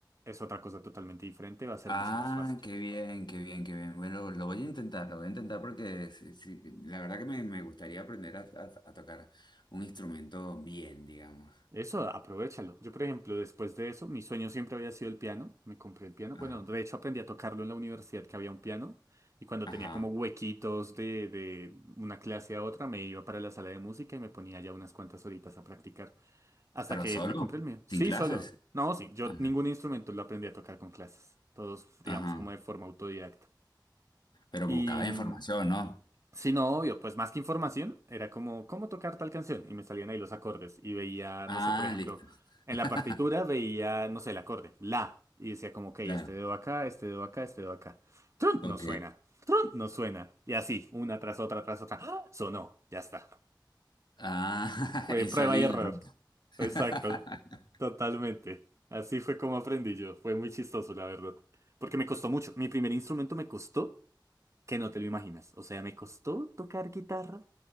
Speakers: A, on the right (about 40°); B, on the left (about 65°).
A: es otra cosa totalmente diferente, va a ser
B: ah,
A: mucho más fácil.
B: qué bien, qué bien, qué bien. Bueno, lo voy a intentar, lo voy a intentar porque sí, sí, la verdad que me, me gustaría aprender a, a- a tocar un instrumento bien, digamos.
A: Eso, aprovechalo. Yo, por ejemplo, después de eso, mi sueño siempre había sido el piano. Me compré el piano.
B: Ajá,
A: Bueno, de hecho aprendí a tocarlo en la universidad, que había un piano. Y cuando
B: ajá.
A: tenía como huequitos de, de una clase a otra, me iba para la sala de música y me ponía ya unas cuantas horitas a practicar. Hasta
B: ¿Pero
A: que
B: solo?
A: me compré el mío. Sí,
B: ¿Sin clases?
A: solo. No, sí, yo
B: Ajá.
A: ningún instrumento lo aprendí a tocar con clases. Todos, digamos,
B: Ajá.
A: como de forma autodidacta.
B: Pero
A: Y
B: buscaba
A: mm,
B: información, ¿no?
A: sí, no, obvio, pues más que información, era como cómo tocar tal canción. Y me salían ahí los acordes. Y veía,
B: Ah,
A: no sé, por ejemplo,
B: listo.
A: en
B: <laughs>
A: la partitura veía, no sé, el acorde, la. Y decía como, ok, este
B: Claro,
A: dedo acá, este dedo acá, este dedo acá. Trun,
B: ok.
A: no suena. Trun, no suena. Y así, una tras otra, tras otra. ¡Ah! Sonó, ya está.
B: Ah, <laughs>
A: Fue
B: ensayo
A: prueba y
B: y
A: error.
B: error. <laughs>
A: Exacto, totalmente. Así fue como aprendí yo. Fue muy chistoso, la verdad. Porque me costó mucho. Mi primer instrumento me costó que no te lo imaginas. O sea, me costó tocar guitarra.